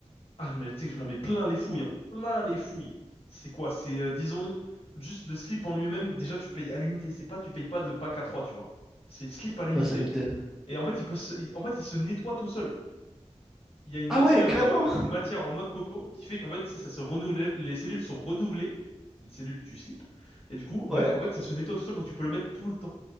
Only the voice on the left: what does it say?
Ah, mais tu sais que je m'en mets plein les fouilles, hein. Plein les fouilles. C'est quoi? C'est, euh, disons, juste le slip en lui-même, déjà tu payes à l'unité, c'est pas, tu payes pas de pack à 3, tu vois. C'est slip à l'unité,
et en fait, il peut se, il- en fait, il se nettoie tout seul. Il y a une
matière,
euh, une matière en noix de coco qui fait qu'en fait, c'est- ça se renouvelle, les cellules sont renouvelées, les cellules du slip, et du coup, ben,
en fait, ça se nettoie tout seul, donc tu peux le mettre tout le temps,